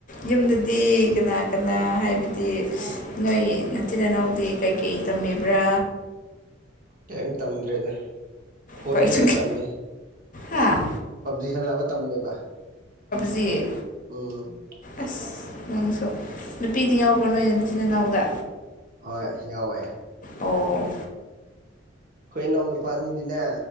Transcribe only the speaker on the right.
ꯀꯩꯝ ꯇꯝꯗ꯭ꯔꯦꯗ꯫ ꯐꯣꯟ
ꯃꯦꯠꯄ ꯇꯝꯃꯤ
ꯄꯞꯖꯤ ꯁꯥꯟꯅꯕ ꯇꯝꯃꯦꯕ
ꯎꯝ
ꯍꯣꯏ ꯌꯥꯎꯋꯦ
ꯈꯣꯢ ꯏꯅꯥꯎ ꯅꯨꯄꯥ ꯑꯅꯤꯗꯤꯅꯦ